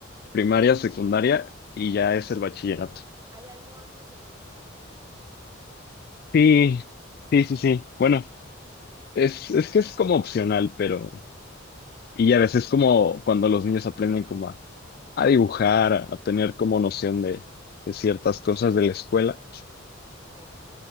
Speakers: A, on the left; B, on the right.
A: Primaria, secundaria y ya es el bachillerato.
B: ¿Hay algo antes de primaria?
A: Sí, sí, sí, sí. Bueno, es, es que es como opcional, pero, y a veces como cuando los niños aprenden como a, a dibujar, a, a tener como noción de de ciertas cosas de la escuela
B: Ok,